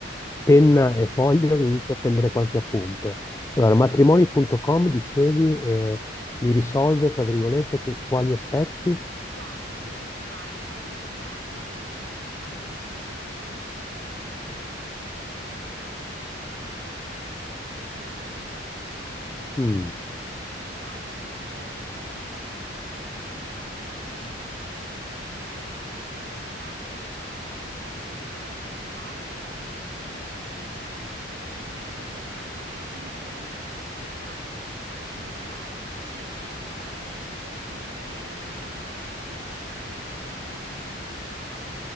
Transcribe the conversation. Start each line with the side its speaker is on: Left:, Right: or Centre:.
Left: penna e foglio e inizio a prendere qualche appunto. Allora, matrimonio.com dicevi eh, mi risolve, tra virgolette, che, quali aspetti?
Right: Guarda, lì puoi trovare sia dei contatti per chi allestisce la location, quindi eh, in tema proprio di mh, eh, fiori, eh, di
Left: Mm.
Right: eh, catering, eh, anche per quanto riguarda le partecipazioni, lì puoi trovare tantissimi contatti eh, così che ti puoi organizzare e avere diversi preventivi. Oltretutto trovi anche le recensioni di chi si è sposato recentemente e ha scelto quei partner, così che insomma puoi avere qualche suggerimento in più.